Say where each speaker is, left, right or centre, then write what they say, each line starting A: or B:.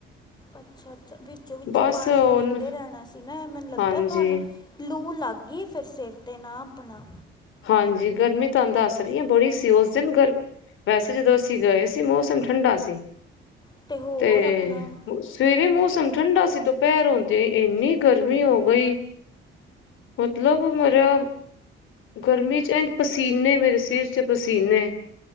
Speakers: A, on the left; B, on the left.
A: ਅੱਛਾ-ਅੱਛਾ, ਵਿੱਚੋਂ- ਵਿੱਚੋਂ
B: ਬਸ
A: ਪਾਣੀ
B: ਹੁਣ
A: ਪੀਂਦੇ ਰਹਿਣਾ ਸੀ ਨਾ ਮੈਨੂੰ ਲੱਗਦਾ
B: ਹਾਂਜੀ
A: ਤੁਹਾਨੂੰ। ਲੂ ਲੱਗ ਗਈ ਫਿਰ ਸਿਰ 'ਤੇ ਨਾ ਆਪਣਾ।
B: ਹਾਂਜੀ, ਗਰਮੀ ਤੁਹਾਨੂੰ ਦੱਸ ਰਹੀ ਆ ਬੜੀ ਸੀ ਉਸ ਦਿਨ ਗਰਮੀ। ਵੈਸੇ ਜਦੋਂ ਅਸੀਂ ਗਏ ਸੀ, ਮੌਸਮ ਠੰਡਾ ਸੀ,
A: ਅਤੇ ਹੋਰ
B: ਤੇ
A: ਆਪਣਾ
B: ਸਵੇਰੇ ਮੌਸਮ ਠੰਡਾ ਸੀ, ਦੋਪਿਹਰ ਹੁੰਦਿਆਂ ਹੀ ਇੰਨੀ ਗਰਮੀ ਹੋ ਗਈ। ਮਤਲਬ ਮੇਰਾ ਗਰਮੀ 'ਚ ਐਂ ਪਸੀਨੇ, ਮੇਰੇ ਸਿਰ 'ਚ ਪਸੀਨੇ।